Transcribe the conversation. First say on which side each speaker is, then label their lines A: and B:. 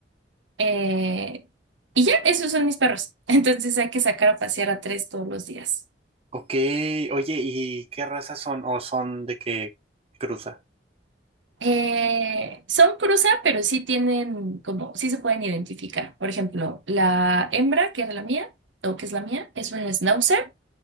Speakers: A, on the right (about 85°); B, on the right (about 30°).
A: Eh, y ya, esos son mis perros. <laughs> Entonces hay que sacar a pasear a tres todos los días.
B: Ok, oye, ¿y qué razas son? ¿O son de qué cruza?
A: Eh, son cruza, pero sí tienen como, sí se pueden identificar. Por ejemplo, la hembra, que era la mía, o que es la mía, es un schnauzer,